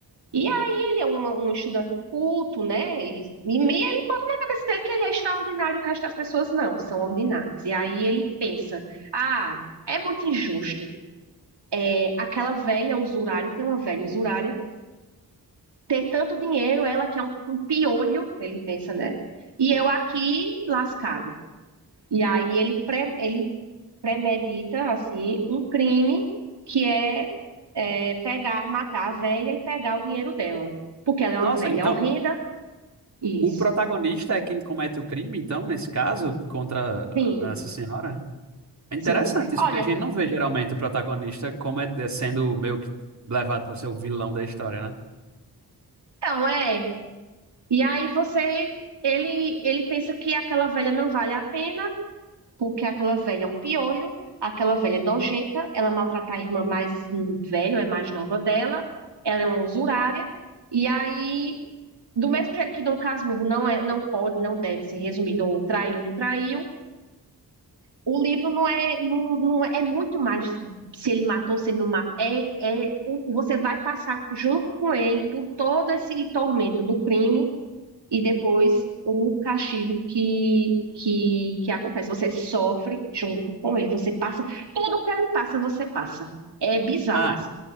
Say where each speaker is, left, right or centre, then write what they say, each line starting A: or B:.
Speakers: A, on the right; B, on the right.
A: E aí ele é um, um estudante culto, né? Ele, e me- ele na cabeça dele que ele é extraordinário, o resto das pessoas não, são ordinárias. E aí ele pensa, ah, é muito injusto. É, aquela velha usurária, tem uma velha usurária, ter tanto dinheiro, ela que é um, um piolho, ele pensa, né? E eu aqui lascado. E aí ele, pre- ele premedita, assim, um crime que é, é, pegar, matar a velha e pegar o dinheiro dela. Porque ela é uma
B: Nossa,
A: velha
B: então
A: horrenda. Isso.
B: o protagonista é quem comete o crime, então, nesse caso, contra
A: Sim,
B: ah, essa senhora? É interessante
A: sim.
B: isso,
A: Olha,
B: porque a gente não vê geralmente o protagonista como é, é sendo meio que levado para ser o vilão da história, né?
A: então é. E aí você, ele, ele pensa que aquela velha não vale a pena, porque aquela velha é um piolho, aquela velha é nojenta, ela maltrata a irmã mais hum, velha, ou é mais nova dela, ela é uma usurária. E aí Do mesmo jeito que Dom Casmurro não é, não pode, não deve ser resumido ou traiu, ou não traiu, o livro não é, não, não é é muito mais se ele matou, se ele não matou. É, é, o- você vai passar junto com ele por todo esse tormento do crime e depois o castigo que, que, que acontece. Você sofre junto com ele. Você passa, tudo que ele passa, você passa. É bizarro.
B: Ah,
A: assim.
B: e-